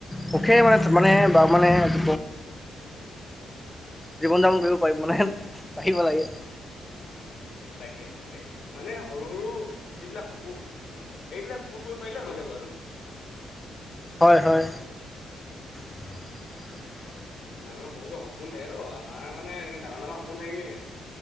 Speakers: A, in the centre; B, on the left.
A: পখে
B: অ
A: মানে মানে মানে আহ। জীৱন যাপন কৰিব পাৰি মানে পাৰিব লাগে।
B: তাকে তাকে মানে সৰু সৰু যিবিলাক সপোন, এইবিলাক পূৰ কৰিব পাৰিলে হৈ যাব, আৰু
A: হয় হয়। <unintelligible>
B: মানুহৰ বহুতো সপোন থাকে তো আমাৰ মানে এনেকে ডাঙৰ ডাঙৰ সপোন থাকিলেহে।